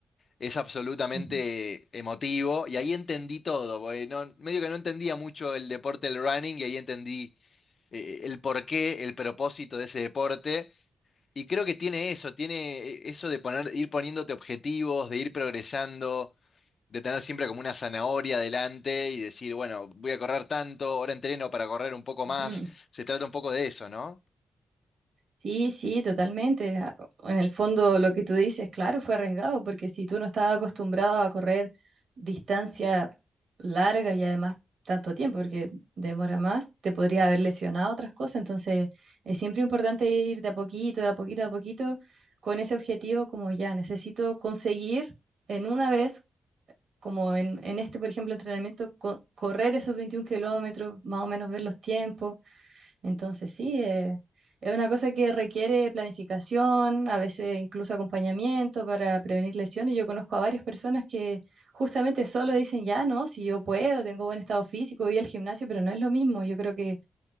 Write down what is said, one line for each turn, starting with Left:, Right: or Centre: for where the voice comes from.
Left: es absolutamente
Right: ujú,
Left: emotivo y ahí entendí todo, porque no- medio que no entendía mucho el deporte del running y ahí entendí eh, el porqué, el propósito de ese deporte. Y creo que tiene eso, tiene eh, eso de poner, ir poniéndote objetivos, de ir progresando, de tener siempre como una zanahoria adelante y decir, bueno, voy a correr tanto, ahora entreno para correr un poco más.
Right: ujú.
Left: Se trata un poco de eso, ¿no?
Right: Sí, sí, totalmente. A- En el fondo, lo que tú dices, claro, fue arriesgado, porque si tú no estabas acostumbrado a correr distancia larga y además tanto tiempo, porque demora más, te podría haber lesionado otras cosas. Entonces, es siempre importante ir de a poquito, de a poquito, de a poquito, con ese objetivo como ya, necesito conseguir en una vez, como en, en este, por ejemplo, entrenamiento, co- correr esos 21 kilómetros, más o menos ver los tiempos entonces sí, eh, es una cosa que requiere planificación, a veces incluso acompañamiento para prevenir lesiones. Yo conozco a varias personas que justamente solo dicen, ya no, si yo puedo, tengo buen estado físico, voy al gimnasio, pero no es lo mismo. Yo creo que